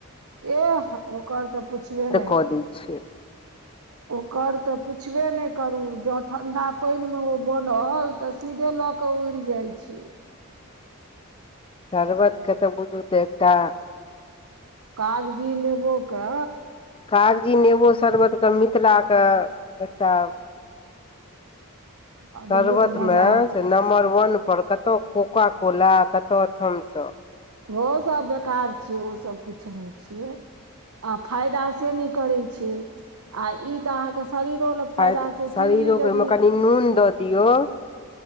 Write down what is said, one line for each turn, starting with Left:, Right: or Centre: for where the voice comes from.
Right: एह ओकर तऽ पुछबे नहि
Left: कऽ
Right: करू
Left: दै छै
Right: ओकर तऽ पूछबे नै करू जँ ठंडा पानि मे ओ बनल तऽ सीधे लऽ कऽ उड़ि जाइ छै
Left: शरबत के तऽ बुझू तऽ एकटा
Right: कागजी नेंबो के
Left: कागजी नेबो शरबतके मिथिलाक एकटा <inaudible>
Right: अद्भुत
Left: शर्बतमे
Right: मजा
Left: से नम्बर वन पर कतऽ ओ कोका कोला आ कतऽ स थम स
Right: ओ सब बेकार छियै ओसभ किछु नहि छियै आ फायदा से नहि करय रै छै आ ई तऽ अहाँक शरीरो ल फायदा
Left: आ
Right: छै
Left: शरीरोके
Right: चीन्नी जदि
Left: ओहिमे कनि नून दऽ दियौ